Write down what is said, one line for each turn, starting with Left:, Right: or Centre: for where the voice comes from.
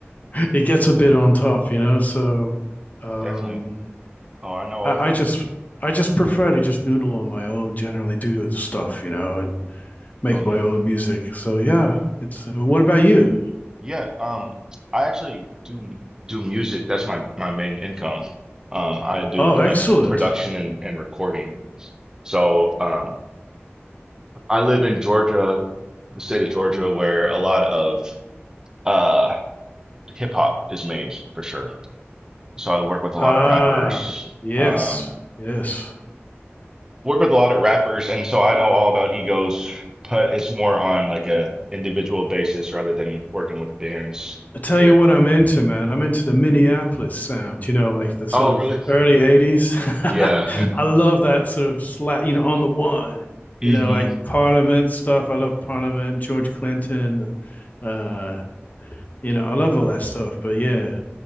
Left: it gets a bit on top you know so um
Right: definitely. Oh, I know all
Left: I,
Right: about
Left: I just
Right: that.
Left: i just prefer to just noodle on my own generally do stuff you know and make
Right: Totally.
Left: my own music so yeah it's Uh, what about you
Right: Yeah, um, I actually do do music. That's my my main income. Um, I do
Left: oh
Right: like
Left: excellent
Right: production and and recording. So, um, I live in Georgia, the state of Georgia, where a lot of uh hip hop is made for sure. so I work with a
Left: ah
Right: lot of rappers.
Left: yes
Right: Um,
Left: yes
Right: work with a lot of rappers, and so I know all about egos, but it's more on like a individual basis rather than working with bands
Left: I tell
Right: here.
Left: you what I'm into, man. I'm into the Minneapolis sound, you know, like the sort
Right: Oh,
Left: of
Right: really?
Left: early 80s. <laughs>
Right: Yeah.
Left: I love that sort of slap, you know, on the one,
Right: hmm
Left: you know, like Parliament stuff. I love Parliament, George Clinton. Uh, you know, I love all that stuff. But yeah,